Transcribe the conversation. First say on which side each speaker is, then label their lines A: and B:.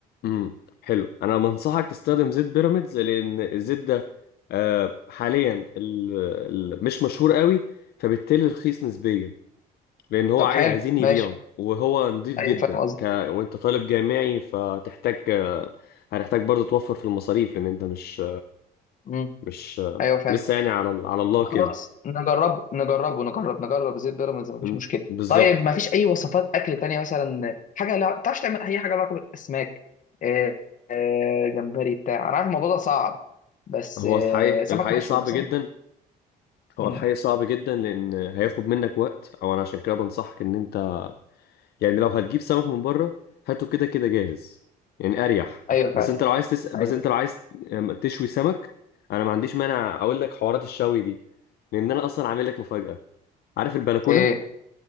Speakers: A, on the left; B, on the left.
A: امم حلو أنا بنصحك تستخدم زيت بيراميدز لأن الزيت ده آه، حاليا ال- ال- مش مشهور قوي فبالتالي رخيص نسبيا لان هو
B: طب
A: عاي-
B: حلو
A: عايزين يبيعه
B: ماشي
A: وهو نضيف
B: ايوه
A: جدا
B: فاهم قصدي
A: ك... وانت طالب جامعي فتحتاج آه، هتحتاج برضه توفر في المصاريف لان انت مش
B: امم
A: مش آه،
B: ايوه فاهم
A: لسه يعني على ال- على الله
B: طب خلاص
A: كده
B: نجربه نجربه نجرب نجرب زيت بيراميدز مفيش
A: م-
B: مشكله
A: بالظبط
B: طيب مفيش اي وصفات اكل تانية مثلا حاجه لا تعرفش تعمل اي حاجه لها علاقه بالاسماك آه آه جمبري بتاع انا عارف الموضوع ده صعب بس
A: هو
B: آه
A: الحقيقي
B: سمك
A: الحقيقي
B: مشوي
A: صعب
B: مثلا
A: جدا هو
B: مم.
A: الحقيقي صعب جدا لان هياخد منك وقت او انا عشان كده بنصحك ان انت يعني لو هتجيب سمك من بره هاته كده كده جاهز يعني اريح
B: ايوه فاهم
A: بس انت لو عايز تس... بس
B: ايوه
A: انت لو عايز آم، تشوي سمك انا ما عنديش مانع اقول لك حوارات الشوي دي لان انا اصلا عامل لك مفاجأة عارف البلكونه
B: ايه